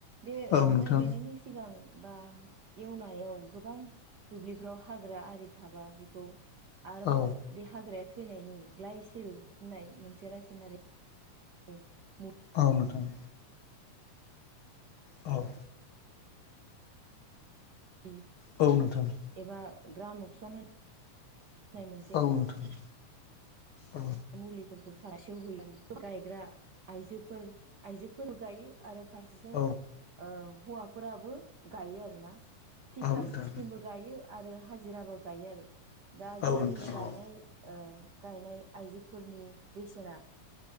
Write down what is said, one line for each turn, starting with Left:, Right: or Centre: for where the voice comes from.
Right: बे
Left: औ नोंथां
Right: माइ गायनायनि सिगां बा एवनायाव गोबां दुब्लिफ्राव हाग्रा आरि थाबा बेखौ आरोबाव
Left: औ
Right: बे हाग्राया थैनायनि ग्लायसेल होननाय मोनसे रासायनारि नि मु
Left: औ नोंथां। औ
Right: लि
Left: औ नोंथां औ नोंथां औ
Right: एबा ग्रामकसन होननाय मोनसे
Left: औ नोंथां औ
Right: मुलिफोरखौ सासेयाव होयो आरो गायग्रा आइजोफोर आइजोफोरबो गायो आरो फारसेथि
Left: औ
Right: ओ हौवाफोराबो गायो आरोना थिखा
Left: नोंथां
Right: सिस्टेमबो गायो आरो हाजिराबो गायो आरो दा
Left: औ
Right: जोंनि
Left: नोंथां
Right: गायनाय
Left: औ
Right: ओ गायनाय आइजोफोरनि बेसेना